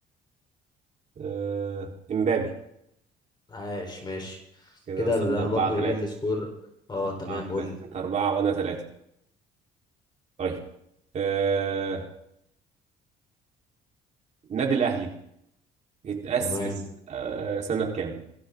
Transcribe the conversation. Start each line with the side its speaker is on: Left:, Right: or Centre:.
Right: آه، إمبابي
Left: عاش ماشي
Right: كده
Left: كده
Right: وصلنا
Left: ال- انا
Right: أربعة
Left: برضو ايه
Right: تلاتة
Left: السكور اه تمام
Right: أربعة تلاتة
Left: قول لي
Right: أنت أربعة وأنا تلاتة طيب آه، النادي الأهلي اتأسس
Left: تمام
Right: آه، سنة كام؟